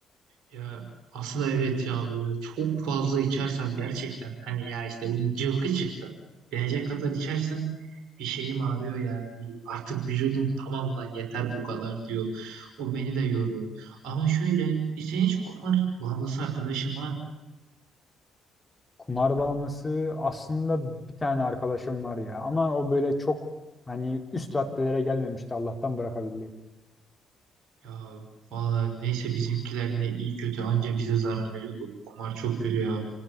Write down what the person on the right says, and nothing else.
Ya aslında evet ya böyle çok fazla içersem gerçekten hani ya işte bunun cıvkı çıktı. Denecek kadar içersem bir şeyim ağrıyor yani bir artık vücudum tamam lan yeter bu kadar diyor. O beni de yoruyor. Ama şöyle e, senin hiç kumar bağımlısı arkadaşın var mı?
Ya valla neyse bizimkiler yine iyi kötü anca bize zarar veriyordu. Bu kumar çok kötü ya.